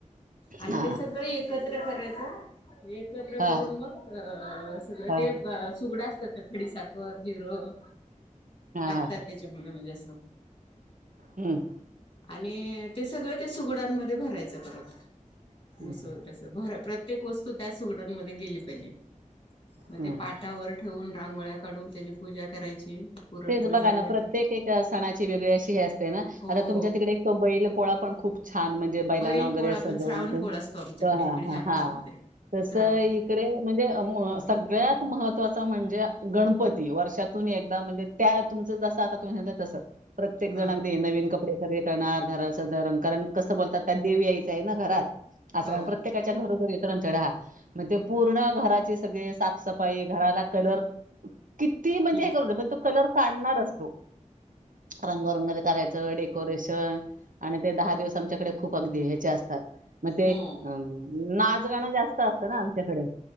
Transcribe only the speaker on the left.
आणि
ते सगळ एक कत्र करायच एकत्र
करून मग अ सगळ
सुगड असतात त्या खडीसाखर, जिरं
टाकतात
त्याचेमुळं म्हणजे असं
आणि ते सगळं त्या सुगडांमध्ये भरायचं परत
ऊस वगरे सग भर प्रत्येक वस्तू त्या सुगडांमध्ये गेली पाहिजे म
ते पाटावर ठेवून रांगोळ्या काढून त्याची पूजा करायची पुरणपोळीचा
नैवेद्य
हो
बैल
पोळा
पण श्रावणी
पोळा असतो आमच्याकडे
इकडे ह्या
भागामध्ये
श्रावण
हा
हो
हम्म
हम्म